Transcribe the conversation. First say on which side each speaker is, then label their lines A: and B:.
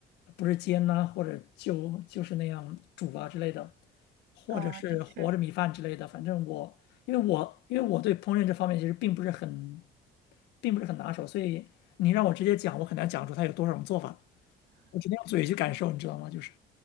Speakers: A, on the left; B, on the right.
A: 不是煎呐、或者就就是那样煮啊之类的，或者是和着米饭之类的。
B: 嗯，的确，
A: 反正我，因为我因为我对烹饪这方面其实并不是很，并不是很拿手，所以你让我直接讲，我很难讲出它有多少种做法，我只能用嘴去感受，你知道吗？就是。